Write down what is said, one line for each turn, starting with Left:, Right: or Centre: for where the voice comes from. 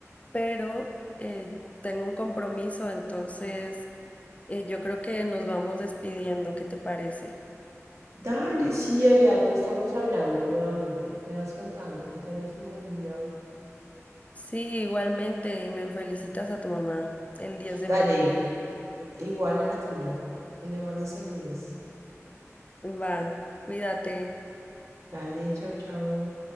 Left: pero eh, tengo un compromiso, entonces eh, yo creo que nos vamos despidiendo. ¿Qué te parece?
Right: Dale, sí, Ariadne, estamos hablando nuevamente. Me vas contando que tengas un buen día.
Left: Sí, igualmente, y me felicitas a tu mamá el 10 de
Right: Dale,
Left: mayo.
Right: igual a la tuya. Le mando saludos.
Left: Va, cuídate.
Right: Vale, chao, chao.